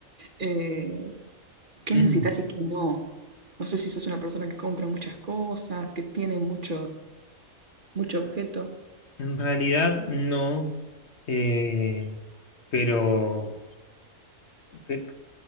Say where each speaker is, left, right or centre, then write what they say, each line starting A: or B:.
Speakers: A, on the right (about 40°); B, on the left (about 55°).
A: Eh, ¿qué
B: Mm,
A: necesitas y qué no? No sé si sos una persona que compra muchas cosas, que tiene mucho, mucho objeto.
B: en realidad, no. eh, pero, pe-